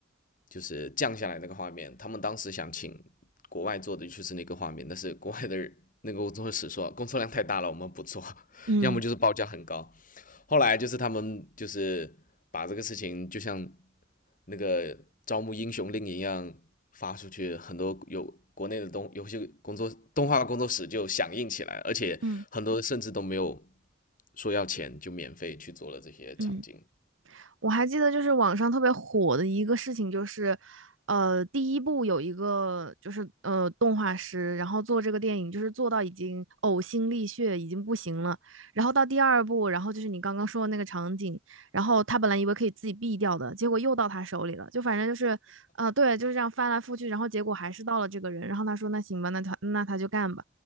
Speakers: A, on the left; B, on the right.
A: 就是降下来那个画面，他们当时想请国外做的就是那个画面，但是国外的那个工作室说工作量太大了，我们不做，<laughs>
B: 嗯
A: 要么就是报价很高，后来就是他们就是把这个事情就像那个招募英雄令一样发出去，很多有国内的东，游戏工作动画工作室就响应起来，而且很多甚至都没有
B: 嗯嗯。
A: 说要钱，就免费去做了这些场景。
B: 嗯我还记得就是网上特别火的一个事情，就是呃，第一部有一个就是呃动画师，然后做这个电影就是做到已经呕心沥血，已经不行了。然后到第二部，然后就是你刚刚说的那个场景，然后他本来以为可以自己毙掉的，结果又到他手里了。就反正就是呃对，就是这样翻来覆去，然后结果还是到了这个人。然后他说那行吧，那他那他就干吧。